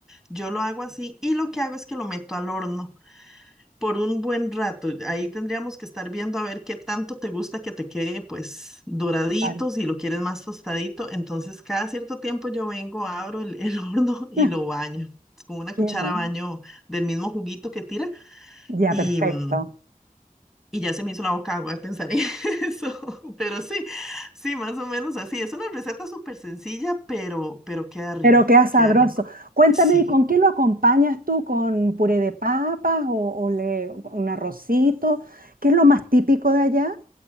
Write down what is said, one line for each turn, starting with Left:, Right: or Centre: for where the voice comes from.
Centre: yo lo hago así y lo que hago es que lo meto al horno por un buen rato. Ahí tendríamos que estar viendo a ver qué tanto te gusta que te quede pues doradito,
Right: claro.
Centre: si lo quieres más tostadito. Entonces, cada cierto tiempo yo vengo, abro el, el <laughs> horno y
Right: <laughs>
Centre: lo baño. Con una
Right: Qué
Centre: cuchara
Right: bueno.
Centre: baño del mismo juguito que tira
Right: Ya,
Centre: y
Right: perfecto.
Centre: mm, y ya se me hizo la boca agua de pensar en <laughs> eso. Pero sí, sí, más o menos así. Es una receta súper sencilla, pero, pero queda rico,
Right: Pero queda sabroso.
Centre: queda rico.
Right: Cuéntame,
Centre: Sí.
Right: ¿y con qué lo acompañas tú? ¿Con puré de papas o, o le- un arrocito? ¿Qué es lo más típico de allá?